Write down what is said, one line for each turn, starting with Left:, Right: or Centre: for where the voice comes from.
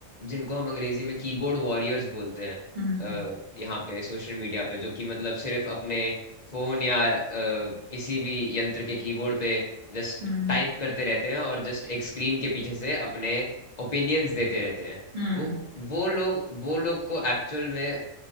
Left: जिनको हम अंग्रेजी में कीबोर्ड वॉरियर्स बोलते हैं
Right: हम्म
Left: अ, यहाँ पे सोशल मीडिया पे जो कि मतलब सिर्फ अपने फोन या अ, किसी भी यंत्र के कीबोर्ड पे जस्ट
Right: हम्म
Left: टाइप करते रहते हैं और जस्ट एक स्क्रीन के पीछे से अपने ओपिनियंस देते रहते हैं
Right: हम्म
Left: वो वो लोग वो लोग को एक्चुअल में